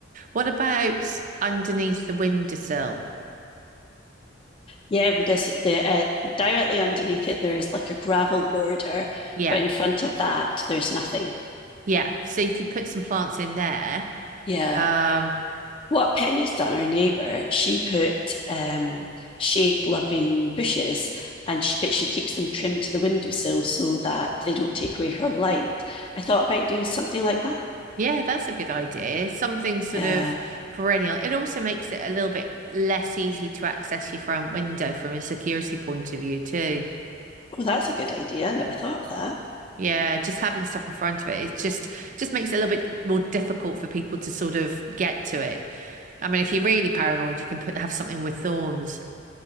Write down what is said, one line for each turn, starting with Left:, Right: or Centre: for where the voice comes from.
Right: What about underneath the windowsill?
Left: Yeah, with this the uh, directly underneath it there is like a gravel border,
Right: Yeah,
Left: but in front of that there's nothing.
Right: yeah. So you could put some plants in there.
Left: Yeah.
Right: Um,
Left: What Penny's done, our neighbour, she put um, shade-loving bushes, and she but she keeps them trimmed to the windowsill so that they don't take away her light. I thought about doing something like that.
Right: yeah, that's a good idea. Something sort
Left: Yeah.
Right: of perennial. It also makes it a little bit less easy to access your front window from a security point of view, too.
Left: Oh, that's a good idea. I never thought of that.
Right: Yeah, just having stuff in front of it, it just just makes it a little bit more difficult for people to sort of get to it. I mean, if you're really paranoid, you can put have something with thorns.